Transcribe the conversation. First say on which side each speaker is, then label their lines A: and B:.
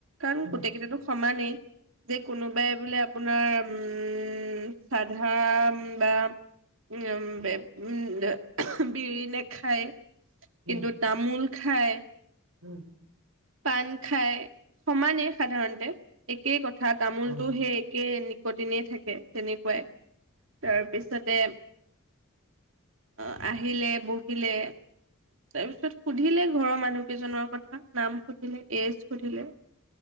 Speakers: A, on the right; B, on the right.
A: কাৰণ
B: উম
A: গোটেইকেইটাতো সমানেই। যে কোনোবাই বোলে আপোনাৰ উম চাধা বা উম বে উম <unintelligible> বিৰি নেখায়।
B: উম
A: কিন্তু তামোল খাই
B: উম।
A: পাণ খাই, সমানেই সাধাৰণতে একেই কথ ঠা তামোলটো
B: উম,
A: সেই একেই কটিনেই থাকে তেনেকুৱাই, তাৰপিছতে অঁহ আহিলে বহিলে তাৰপিছত সুধিলে ঘৰৰ মানুহকেইজনৰ কথা নাম সুধিলে এইজ সুধিলে